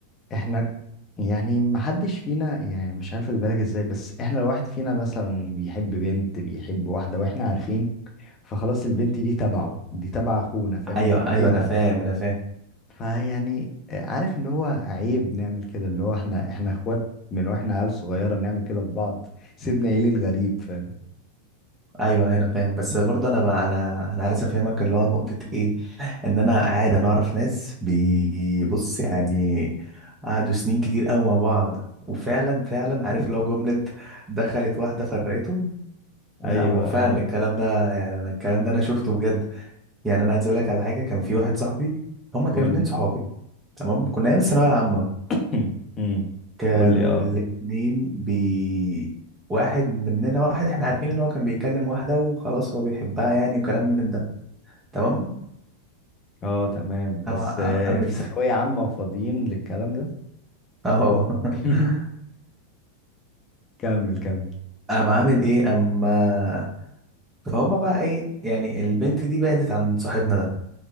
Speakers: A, on the left; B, on the right.
A: احنا يعني محدش فينا يعني مش عارف اجيب بالك ازاي بس احنا لو واحد فينا مثلا بيحب بنت بيحب واحدة واحنا عارفين فخلاص البنت دي تبعه دي تبع اخونا فاهم
B: ايوه
A: دي اختنا
B: ايوه انا فاهم انا فاهم
A: فيعني آه، عارف اللي هو عيب نعمل كده اللي هو احنا احنا اخوات من واحنا عيال صغيرة نعمل كده في بعض سيدنا ايه الغريب فاهم
B: ايوه أيوه، انا فاهم بس برضه انا بقى انا انا عايز افهمك اللي هو نقطه ايه ان انا قاعد انا اعرف ناس بيبص يعني قعدوا سنين كتير قوي مع بعض وفعلا فعلا عارف لو جمله دخلت واحده فرقتهم لا
A: ايوه
B: هو فعلا
A: ايوه
B: الكلام ده يعني انا الكلام ده انا شفته بجد يعني انا عايز اقول لك على حاجه كان في واحد صاحبي هما كانوا
A: قول
B: اتنين
A: لي
B: صحابي تمام كنا ايام الثانويه العامه
A: <laughs> مم. مم.
B: كانوا
A: قول لي اه
B: الاتنين بي واحد مننا واحد احنا عارفين ان هو كان بيكلم واحدة وخلاص هو بيحبها يعني وكلام من ده تمام
A: اه تمام بس
B: أما- أ-
A: آه،
B: قامت
A: في ثانوية عامة وفاضيين للكلام ده
B: اهو
A: <laughs>
B: <laughs>
A: كمل كمل
B: قام عامل ايه اما فهم بقى ايه يعني البنت دي بعدت عن صاحبنا ده